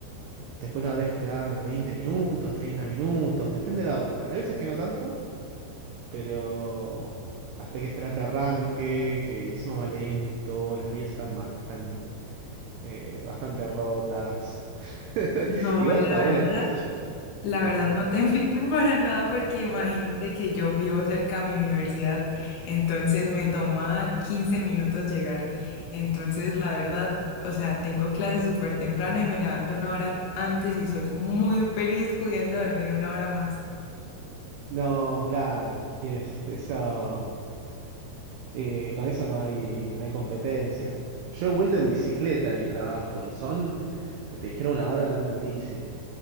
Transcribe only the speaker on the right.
después habrás que esperar 20 minutos, 30 minutos, depende de la hora. Hay veces que no tanto, pero... Hasta hay que esperar que arranque, que encima va lento, las vías están, ma- están eh, bastante rotas. <laughs>
Igual
está bueno,
qué sé yo,
pero...
No, claro, y es- eso, eh, con eso no hay, no hay competencia. Yo he vuelto en bicicleta de mi trabajo y son, que te dijera, una hora andando en bici.